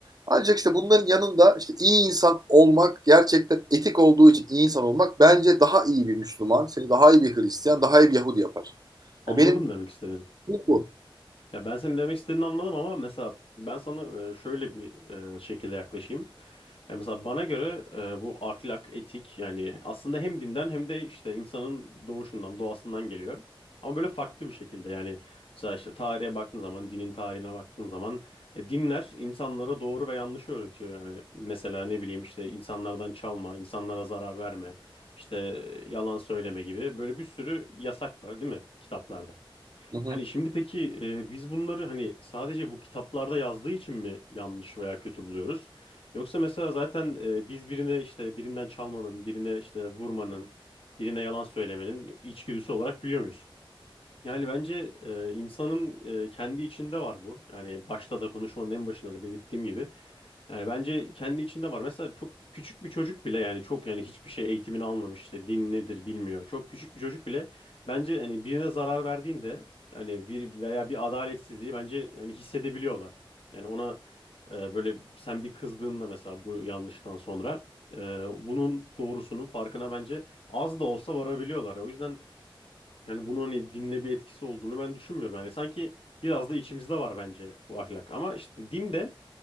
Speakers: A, on the right; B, on the left.
A: Ancak işte bunların yanında işte iyi insan olmak gerçekten etik olduğu için iyi insan olmak bence daha iyi bir Müslüman, seni daha iyi bir Hristiyan, daha iyi bir Yahudi yapar.
B: Anladım
A: Ya benim
B: demek istediğini.
A: şey
B: Hı
A: bu.
B: hı. Ya ben senin demek istediğini anladım ama mesela ben sana e, şöyle bir e, şekilde yaklaşayım. Yani mesela bana göre e, bu ahlak, etik yani aslında hem dinden hem de işte insanın doğuşundan, doğasından geliyor. Ama böyle farklı bir şekilde yani mesela işte tarihe baktığın zaman, dinin tarihine baktığın zaman e, dinler insanlara doğru ve yanlışı öğretiyor. Yani mesela ne bileyim işte insanlardan çalma, insanlara zarar verme, işte yalan söyleme gibi böyle bir sürü yasak var değil mi kitaplarda?
A: Hı hı.
B: Yani şimdi peki e, biz bunları hani sadece bu kitaplarda yazdığı için mi yanlış veya kötü buluyoruz? Yoksa mesela zaten e, biz birine işte birinden çalmanın, birine işte vurmanın, birine yalan söylemenin içgüdüsü olarak biliyor yani bence e, insanın e, kendi içinde var bu. Yani başta da konuşmanın en başında da belirttiğim gibi. Yani bence kendi içinde var. Mesela çok küçük bir çocuk bile yani çok yani hiçbir şey eğitimini almamış işte din nedir bilmiyor. Çok küçük bir çocuk bile bence hani birine zarar verdiğinde hani bir veya bir adaletsizliği bence yani hissedebiliyorlar. Yani ona e, böyle sen bir kızdığında mesela bu yanlıştan sonra e, bunun doğrusunun farkına bence az da olsa varabiliyorlar. O yüzden yani bunun hani dinle bir etkisi olduğunu ben düşünmüyorum. Yani sanki biraz da içimizde var bence bu ahlak. Ama işte din de